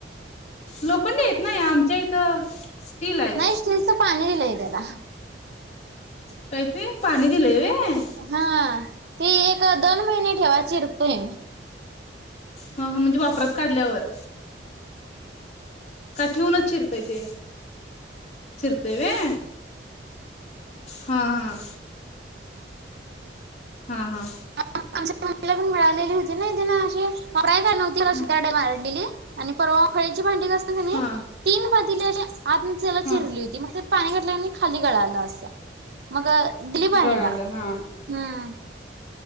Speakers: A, on the left (about 40°); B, on the right (about 65°).
A: लोखंड येत नाही आमच्या इथं ती, लाईफ
B: नाही शिंच पाणी दिलंय त्याला
A: काय ते पाणी दिलंय, व्हय
B: हा ती एक दोन महिने ठेवा चिरतोय
A: हा हा म्हणजे वापरात काढल्यावर ठेवूनच चिरता ते चिरते व्हय हा हा हा हा
B: आमच्या मम्मीला पण मिळालेली होती ना इथं अशी य नवती
A: हा
B: रडे मारंडीली आणि परवा खळीची भांसते
A: हा
B: ती पण ली आत त्याला चिरली
A: हा
B: होती मग पाणी घातल्या नी खाली गळाल असं मग दिली मग
A: गळालं
B: येला हम्म
A: हा